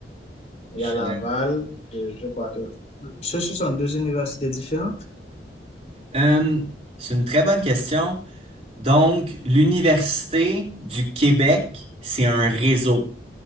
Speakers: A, on the left; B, on the right.
A: il
B: Je-
A: y a Laval, et je crois que ce ce sont deux universités différentes.
B: Euh, c'est une très bonne question. Donc, l'Université du Québec, c'est un réseau.